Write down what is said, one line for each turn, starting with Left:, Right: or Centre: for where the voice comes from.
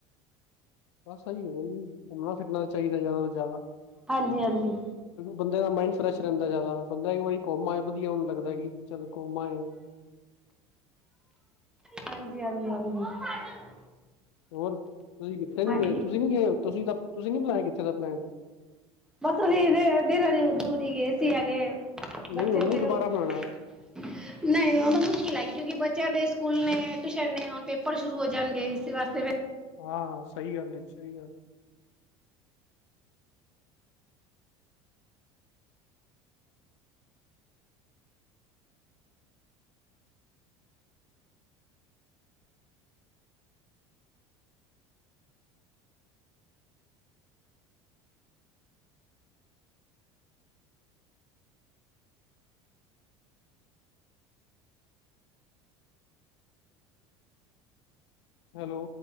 Left: ਬਾੱਸ ਐਈ ਹੈਗਾ ਜੀ, ਘੁੰਮਨਾ ਫਿਰਨਾ ਚਾਈਦਾ ਜੈਦਾ ਤੋਂ ਜੈਦਾ
Centre: ਹਾਂਜੀ ਹਾਂਜੀ
Left: ਕਯੋਂਕਿ ਬੰਦੇ ਦਾ ਮਾਇੰਡ ਫਰੈਸ਼ ਰੈਂਦਾ ਜੈਦਾ, ਬੰਦਾ ਏਕ ਵਾਰੀ ਕੋਮ ਆਏ, ਵਦੀਆ ਓਨ ਲੱਗਦਾ ਕੀ ਚੱਲ ਕੋਮ ਆਏ ਆ।
Centre: ਹਾਂਜੀ, ਹਾਂਜੀ, ਹਾਂਜੀ।
Left: ਹੋਰ ਤੁਸੀ ਕਿੱਥੇ ਨੀ
Centre: ਹਾਂਜੀ
Left: ਗਏ, ਤੁਸੀ ਨੀ ਗਏ, ਤੁਸੀ‌ ਤਾਂ ਤੁਸੀ ਨੀ ਬਨਾਯਾ ਕਿੱਥੇ ਦਾ ਪਲੈਨ
Centre: ਬਾੱਸ <unintelligible> ਗਏ ਸੀ ਆਗੇ ਬੱਚੇ
Left: ਨਹੀਂ ਹੁਣ ਨੀ
Centre: ਫੇਰ
Left: ਦੁਬਾਰਾ
Centre: ਨਈ,
Left: ਬਣਾਉਣਾ
Centre: ਨਈ ਹੁਨ ਤਾ ਮੁਸ਼ਕਿਲ ਹੈਗੀ ਕਉਂਕਿ ਬੱਚੇਆਂ ਦੇ ਸਕੂਲ ਨੇ, ਟੂਸ਼ਨ ਨੇ, ਹੋਨ ਪੇਪਰ ਸ਼ੁਰੂ ਹੋ ਜਾਨਗੇ ਇਸੀ ਵਾਸਤੇ ਫੇਰ
Left: ਹਾਂ, ਸਈ ਗਾੱਲ ਏ। ਸਈ ਗਾੱਲ ਹੈਲੋ।